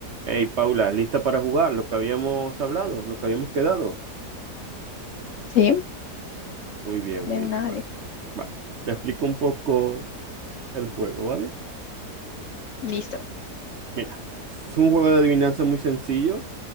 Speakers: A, on the right (about 60°); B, on the left (about 70°).
A: Hey, Paula, ¿lista para jugar? Lo que habíamos hablado, lo que habíamos quedado.
B: Sí,
A: Muy bien,
B: de
A: muy
B: una,
A: bien. Vale,
B: dale.
A: vale. Te explico un poco el juego, ¿vale?
B: Listo,
A: Mira, es un juego de adivinanza muy sencillo